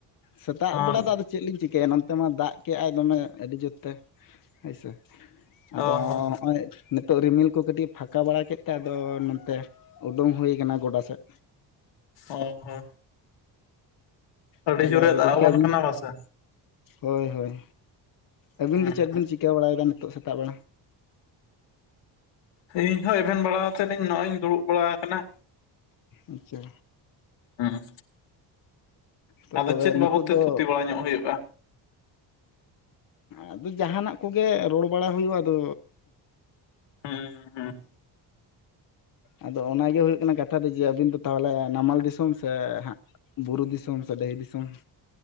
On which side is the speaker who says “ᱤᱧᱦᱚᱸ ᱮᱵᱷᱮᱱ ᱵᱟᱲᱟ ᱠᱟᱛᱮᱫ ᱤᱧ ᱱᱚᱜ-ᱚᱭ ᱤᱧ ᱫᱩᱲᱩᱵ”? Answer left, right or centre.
Left